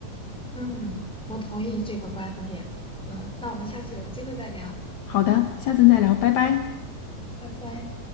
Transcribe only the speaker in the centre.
嗯，我同意这个观点。嗯，那我们下次有机会再聊，
拜拜。